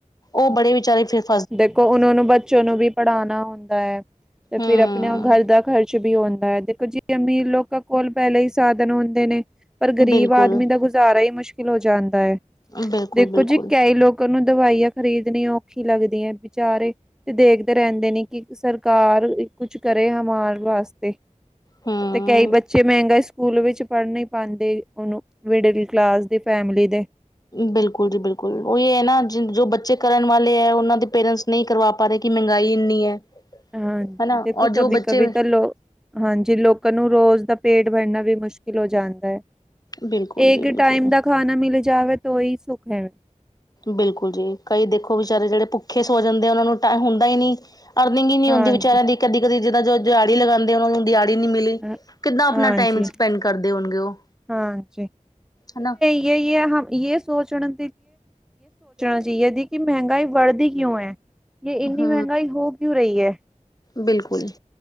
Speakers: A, on the left; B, in the centre.
A: ਉਹ ਬੜੇ ਵਿਚਾਰੇ ਫਿਸ
B: ਦੇਖੋ ਉਹਨਾਂ ਨੂੰ ਬੱਚੋਂ ਨੂੰ ਵੀ ਪੜ੍ਹਾਣਾ ਹੁੰਦਾ ਐ ਤੇ
A: ਹੂੰ
B: ਫਿਰ ਆਪਣੇ ਘਾਰ ਦਾ ਖ਼ਰਚ ਵੀ ਹੁੰਦਾ। ਦੇਖੋ ਜੀ ਕਿ ਅਮੀਰ ਲੋਕਾਂ ਕੋਲ ਪਹਿਲੇ ਹੀ ਸਾਧਨ ਹੁੰਦੇ ਨੇ, ਪਰ ਗ਼ਰੀਬ
A: ਬਿਲਕੁਲ
B: ਆਦਮੀ ਦਾ ਗੁਜ਼ਾਰਾ ਹੀ ਮੁਸ਼ਕਿਲ। ਹੋ ਜਾਂਦਾ ਹੈ।
A: ਬਿਲਕੁਲ
B: ਦੇਖੋ
A: ਬਿਲਕੁਲ
B: ਜੀ ਕਈ ਲੋਕਾਂ ਨੂੰ ਦਵਾਈਆਂ ਖਰੀਦਣੀ ਔਖੀ। ਲੱਗਦੀ ਹੈ। ਵਿਚਾਰੇ। ਤੇ, ਦੇਖਦੇ ਰਹਿੰਦੇ ਨੇ ਕਿ ਸਰਕਾਰ ਕੁਛ ਕਰੇ ਹਮਾਰੇ ਵਾਸਤੇ।
A: ਹੂੰ
B: ਤੇ, ਕਈ ਬੱਚੇ ਮਹਿੰਗਾ। ਸਕੂਲ ਵਿੱਚ ਪੜ੍ਹਨ ਪਾਉਂਦੇ। ਉਹਨੂੰ ਮਿਡਲ ਕਲਾਸ ਦੀ ਫੈਮਿਲੀ ਦੇ।
A: ਬਿਲਕੁਲ ਜੀ ਬਿਲਕੁਲ, ਉਹ ਇਹ ਹੈ, ਨਾ ਜੋ ਬੱਚੇ ਕਰਨ ਵਾਲੇ ਹੈ। ਉਹਨਾਂ ਦੇ ਪੇਰੈਂਟਸ ਨਹੀਂ ਕਰਵਾ ਪਾ ਰਹੇ, ਕਿ ਮਹਿੰਗਾਈ ਇੰਨੀ ਹੈ।
B: ਹਾਂਜੀ,
A: ਹਨਾ
B: ਦੇਖੋ
A: ਔਰ
B: ਕਭੀ
A: ਜੋ ਬੱਚੇ
B: ਕਭੀ ਤਾਂ ਲੋਕ ਹਾਂਜੀ ਲੋਕਾਂ ਨੂੰ ਰੋਜ਼ ਦਾ ਪੇਟ ਭਰਨਾ ਵੀ ਮੁਸ਼ਕਿਲ ਹੋ ਜਾਂਦਾ ਹੈ।
A: ਬਿਲਕੁਲ ਜੀ
B: ਇੱਕ
A: ਬਿਲਕੁਲ
B: ਟਾਈਮ ਦਾ ਖਾਣਾ ਮਿਲੇ ਜਾਵੇ, ਤਾਂ ਉਹੀ ਸੁੱਖ ਹੈ।
A: ਬਿਲਕੁਲ ਜੀ, ਕਈ ਦੇਖੋ ਵਿਚਾਰੇ ਜਿਹੜੇ ਭੁੱਖੇ ਸੋ ਜਾਂਦੇ ਆ, ਉਹਨਾਂ ਨੂੰ ਟਾਇਮ ਹੁੰਦਾ ਹੀ ਨਹੀਂ। ਅਰਨਿੰਗ ਹੀ ਨਹੀਂ
B: ਹਾਂਜੀ
A: ਹੁੰਦੀ, ਵਿਚਾਰਿਆਂ ਦੀ ਕਦੀ ਕਦੀ ਜਿੱਦਾਂ ਜੋ ਦਿਹਾੜੀ ਲਗਾਉਂਦੇ, ਉਹ ਨੂੰ ਦਿਹਾੜੀ। ਨਹੀਂ ਮਿਲੀ,
B: ਹਾਂ
A: ਕਿੱਦਾਂ ਆਪਣਾ
B: ਹਾਂਜੀ
A: ਟਾਈਮ ਸਪੈਂਡ ਕਰਦੇ ਹੋਣਗੇ। ਉਹ
B: ਹਾਂਜੀ
A: ਹਨਾ।
B: <unintelligible> ਇਹ ਸੋਚਣਾ ਚਾਹੀਏ‌, ਕਿ ਮਹਿੰਗਾਈ ਵੜਦੀ ਕਿਉਂ ਹੈ। ਯੇ ਇੰਨੀ
A: ਹੂ,
B: ਮਹਿੰਗਾਈ ਹੋ ਕਿਉਂ ਰਹੀ ਹੈ।
A: ਬਿਲਕੁਲ ਜੀ।